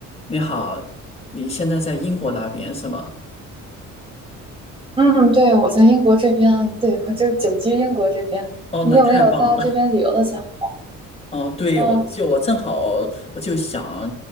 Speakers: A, on the left (about 20°); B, on the right (about 15°).
A: 你好，你现在在英国那边是吗？
B: 嗯，对，我在英国这边，对，我就是久居英国这边。
A: 哦，
B: 你有没有到这边旅游的想法？
A: 那太棒了。哦，对，
B: 嗯
A: 我就我正好我就想，